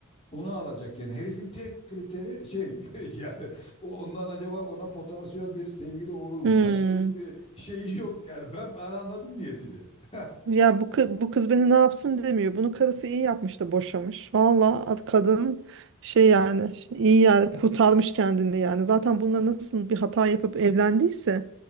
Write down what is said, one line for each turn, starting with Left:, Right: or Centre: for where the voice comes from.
Left: onu alacak yani. Herifin tek kriteri şey <laughs> yani ondan acaba ona potansiyel bir sevgili olur mu?
Right: Hmm.
Left: Başka hiçbir şeyi yok yani. Ben, ben anladım niyetini. <laughs>
Right: Ya bu kız, bu kız beni ne yapsın demiyor. Bunu karısı iyi yapmış da boşamış. Valla ad kadın şey yani iyi yani kurtarmış kendini yani. Zaten bununla nasıl bir hata yapıp evlendiyse